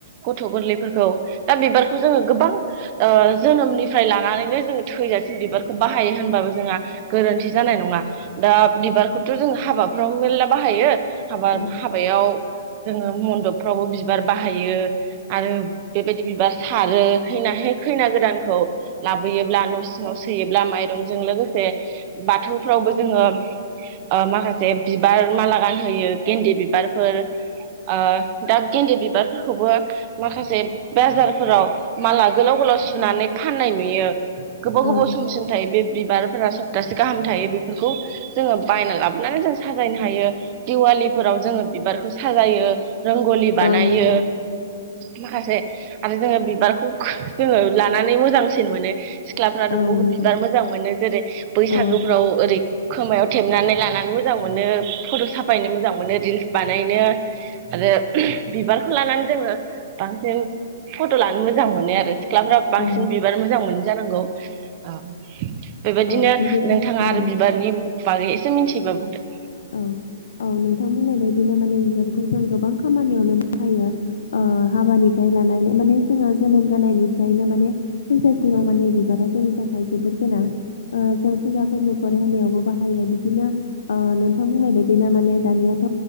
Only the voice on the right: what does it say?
गथ' गोरलै फोरखौ दा बिबारखौ जोङो गोबां ओ जोनोमनिफ्राय लानानैनो जोङो थैजासि बिबारखौ बाहायो होनबाबो जोंहा गोरोन्थि जानाय नङा। दा बिबारखौथ'
जोंङो हाबाफ्राव मेरला बाहायो हाबा
हाबायाव जोङो मन्दपफ्रावबो बिबार बाहायो आरो बेबायदि बिबार सारो खैनाहाय खैना गोदानखौ लाबोयोब्ला न' सियाव सोयो माइरंजों लोगोसे बाथौफ्रावबो जोङो ओ माखासे बिबार माला गानहोयो गेन्दे बिबारफोर ओ दा गेन्दे बिबारफोरखौबो माखासे बाजारफोराव माला गोलाव गोलाव सुनानै फाननाय नुयो। गोबाव
गोबाव समसिम थायो बे बिबारफोरा सप्तासे गाहाम थायो। बेफोरखौ जोङो बायना लाबोनानै जों साजायनो हायो दिवालिफोराव जोङो बिबारखौ साजायो। रोंगलि बानायो
माखासे आरो जोङो बिबारखौ जोङो लानानै मोजांसिन मोनो। सिख्लाफ्राथ'
बहुत
बिबार मोजां मोनो जेरै बैसागोफ्राव
ओरै खोमायाव थेबनानै लानानै मोजां मोनो फट' साफायनो मोजां मोनो रिल्स बानायनो आरो बिबारखौ लानानै जोङो बांसिन फट' लानो मोजां मोनो आरो सिख्लाफ्रा बांसिन
बिबार मोजां मोनो। जानांगौ ओ बेबायदिनो
नोंथाङा
आरो बिबारनि बागै एसे मिनथियोबा बुंदो?